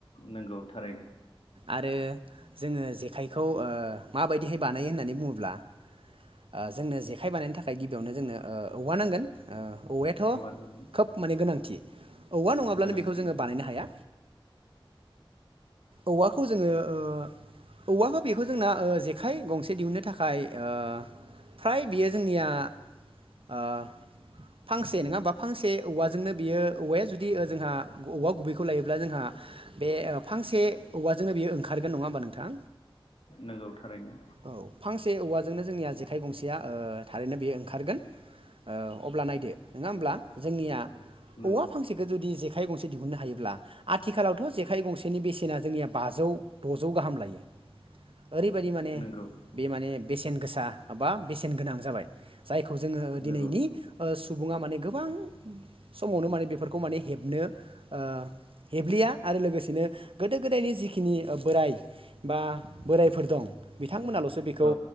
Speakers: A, on the left (about 80°); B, on the right (about 75°).
A: नंगौ थारैनो
B: आरो जोङो जेखाइखौ ओ माबायदिहाय बानायो होननानै बुङोब्ला ओ जोंनो जेखाइ बानायनो थाखाय गिबियावनो जोंनो औवा नांगोन। ओ थ'
A: औवा नांगौ
B: खोब माने गोनां थि। औवा नङाब्लानो
A: गोनांथि
B: बेखौ जोङो बानायनो हाया। औवाखौ जोङो ओ औवाखौ बेखौ जोंना जेखाइ गंसे दिहुननो थाखाय ओ फ्राय बेयो जोंनिया ओ फांसे ए नङा होमबा फांसे औवाजोंनो बियो औवाया जुदि जोंहा औवा गुबैखौ लायोब्ला जोंहा बे फांसे औवाजोंनो बियो ओंखारगोन नङा होमबा नोंथां
A: नंगौ थारैनो
B: औ फांसे औवाजोंनो जोंनिया ज आखाइ गंसेया ओ थारैनो बेयो ओंखारगोन ओ अब्ला नाय नङा होमब्ला जोंनिया
A: नंगौ
B: औवा फांसेखौ जुदि जेखाइ गंसे दिहुननो हायोब्ला आथिखालावथ' जेखाइ गंसेनि बेसेना जोंनिया बाजौ द'जौ गाहाम लायो। ओरैबायदि माने
A: नंगौ
B: बे माने बेसेन गोसा बा बेसेन गोनां जाबाय। जायखौ जोङो दिनैनि
A: नंगौ
B: ओ सुबुङा माने गोबां समावनो माने बेफोरखौ माने हेबनो ओ हेब्लिया आरो लोगोसेनो गोदो गोदायनि जिखिनि बोराइ बा बोरायफोर दं बि बिथांमोनाल'सो बेखौ
A: औ